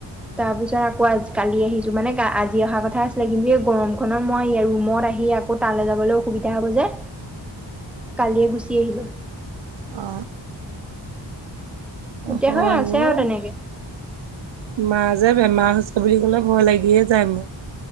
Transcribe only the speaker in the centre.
তাৰপিছত আকৌ আজি কালি আহিছো মানে আজি অহা কথা আছিলে কিন্তু এই গৰম খনত মই ৰুমত আহি আকৌ তালৈ যাবলৈ অসুবিধা হ'ব যে। কালিয়ে গুচি আহিলোঁ।
এতিয়া
হৈ আছে আৰু
তেনেকে